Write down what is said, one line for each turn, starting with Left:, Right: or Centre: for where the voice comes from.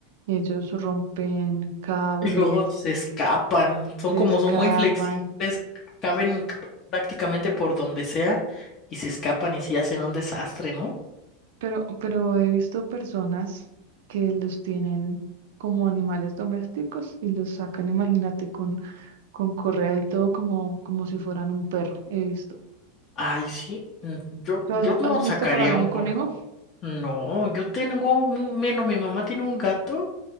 Right: ellos rompen cables,
Left: Y luego se escapan, son
Right: se
Left: como
Right: escapan,
Left: son muy flexibles, caben prácticamente por donde sea y se escapan y sí hacen un desastre, ¿no?
Right: pero, pero he visto personas que los tienen como animales domésticos y los sacan, imagínate, con, con correa y todo como, como si fueran un perro, he visto.
Left: Ay, sí, mm, yo,
Right: ¿Tú
Left: yo
Right: has,
Left: no
Right: has
Left: sacaría
Right: visto para algún
Left: un conejo.
Right: conejo?
Left: No, yo tengo un, bueno, mi mamá tiene un gato